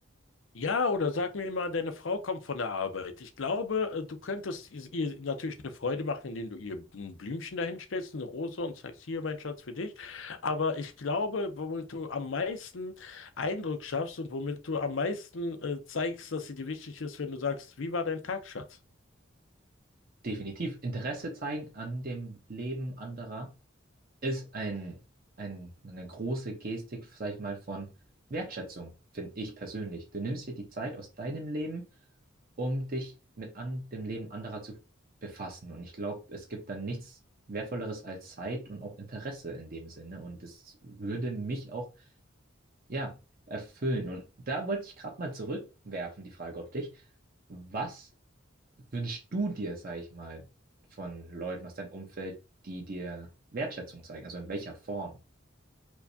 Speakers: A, on the left (about 75°); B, on the right (about 45°).
A: Ja, oder sag mir mal, deine Frau kommt von der Arbeit. Ich glaube, äh, du könntest is- ihr natürlich eine Freude machen, indem du ihr ein Blümchen dahinstellst, eine Rose und sagst, hier, mein Schatz, für dich. Aber ich glaube, womit du am meisten Eindruck schaffst und womit du am meisten äh, zeigst, dass sie dir wichtig ist, wenn du sagst, wie war dein Tag, Schatz?
B: Definitiv. Interesse zeigen an dem Leben anderer ist ein, ein, eine große Gestik, sag ich mal, von Wertschätzung, finde ich persönlich. Du nimmst dir die Zeit aus deinem Leben, um dich mit an, dem Leben anderer zu befassen. Und ich glaube, es gibt dann nichts Wertvolleres als Zeit und auch Interesse in dem Sinne. Und das würde mich auch ja, erfüllen. Und da wollte ich gerade mal zurückwerfen, die Frage auf dich. Was wünschst du dir, sag ich mal, von Leuten aus deinem Umfeld, die dir Wertschätzung zeigen? Also in welcher Form?